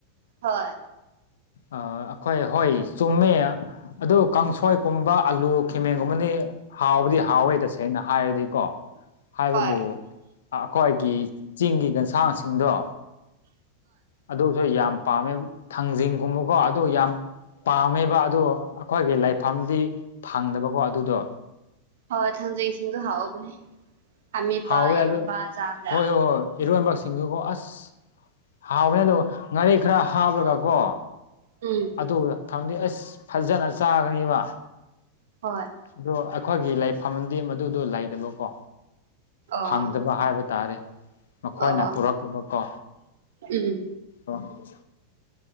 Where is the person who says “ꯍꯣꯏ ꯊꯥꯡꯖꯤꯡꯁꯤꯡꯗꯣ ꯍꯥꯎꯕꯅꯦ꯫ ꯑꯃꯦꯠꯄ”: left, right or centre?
Right